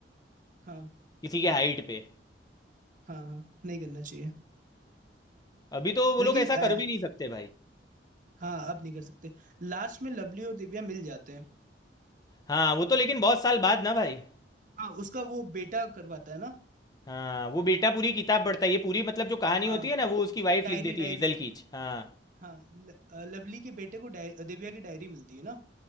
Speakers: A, on the right; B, on the left.
A: हाँ
B: किसी के हाइट पे
A: हाँ हाँ नहीं करना चाहिए
B: अभी तो वो
A: लेकिन
B: लोग ऐसा
A: आ,
B: कर भी नहीं सकते भाई
A: हाँ अब नहीं कर सकते लास्ट में लवली और दिव्या मिल जाते हैं
B: हाँ वो तो लेकिन बहुत साल बाद ना भाई
A: हाँ उसका वो बेटा करवाता है ना
B: हाँ वो बेटा पूरी किताब पढ़ता है ये पूरी मतलब जो कहानी
A: हाँ
B: होती है ना वो उसकी वाइफ
A: Diary
B: लिख देती
A: diary
B: है हेजल कीच हाँ
A: हाँ ल, अ, लवली के बेटे को डाय, दिव्या की डायरी मिलती है ना